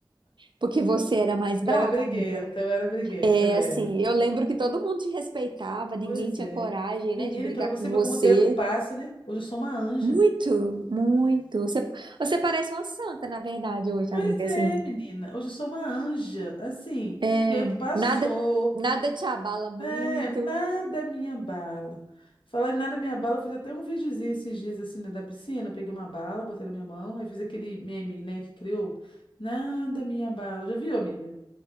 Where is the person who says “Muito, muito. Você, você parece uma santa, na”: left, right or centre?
Right